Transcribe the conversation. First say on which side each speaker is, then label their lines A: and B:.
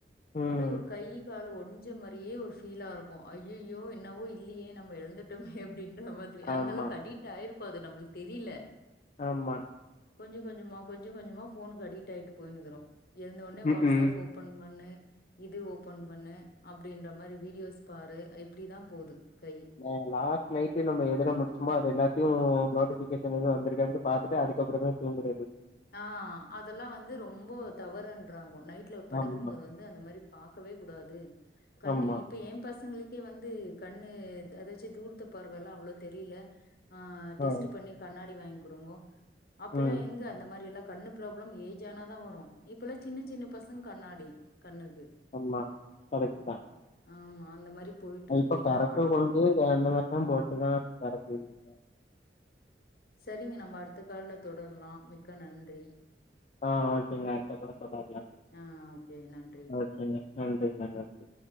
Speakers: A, on the left; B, on the left.
A: ம்
B: அப்டியே ஒரு கை கால் ஒடஞ்ச மாரியே ஒரு ஃபீலா இருக்கு ஐய்யய் யோ என்னவோ இல்லியே நம்ம எழந்துட்டோமே அப்டின்ற மாதிரி
A: ஆமா
B: அந்தளவுக்கு அடிட் டாயிருக்கோ அது நம்ளுக் தெரில
A: ஆமா
B: கொஞ்சொ கொஞ்சமா கொஞ்சொ கொஞ்சமா ஃபோன்க்கு அடிக்ட் ஆயிட்டு போயினுக்குறோ எழுந்தவுன்னே
A: ம்
B: வாட்ஸ்அஃப்
A: ம்
B: ஓப் பன் பண்ணு இது ஓபன் பண்ணு அப்டின்ற மாரி வீடியோஸ் பாரு இப் இப்டி தான் போது கை
A: அங்க லாஸ்ட் நைட்டு நம்ம எதுல முடிச்சமோ அது எல்லாத்தையும் நோட்டிஃபிகேஷன் எதுவும் வந்திருக்கான்னு பாத்துட்டு அதுக்கப்புறந்தா ரொம்ப நன்றி
B: ஆ அதெல்லாம் வந்து ரொம்ப தவறுன்றாங்கோ நைட் ல படுக்கும்
A: ஆமா
B: போது வந்து அந்த மாரி பாக்கவே கூடாது கண்ணி
A: ஆமா
B: இப்ப என் பசங்களுக் கே வந்து கண்ணு எதாச்சு தூரத்து பார்வல்லாம் அவ்ள தெரில அ டெஸ்ட்
A: ஆ
B: பண்ணி கண்ணாடி வாங்கி குடுங்கோ அப்ப
A: ம்
B: எல்லாம் எங்க அந்த மாரி எல்லாம் கண்ணு ப்ராப்ளம் ஏஜ் ஆனா தான் வரும் இப்பல்லாம் சின்ன சின்ன பசங்க கண்ணாடி கண்ணுக்கு
A: அம்மா கரைட்தான்
B: ஆமா அந்த மாரி போயிட்டு இருக்கு
A: இப்ப பொறக்கர
B: என்ன பண்றது
A: கொழந்தயே அந்த மாரிதான் போட்டுதான் பொறக்குது
B: செரிங்க நம்ம அடுத்த கால்ல தொடரலாம் மிக்க நன்றி
A: ஆ ஓகேங்க அடுத்த தடவ பாக்கலாம்
B: ஆ ஓகே நன்றி
A: ஓகேங்க நன்றிங்க நன்றி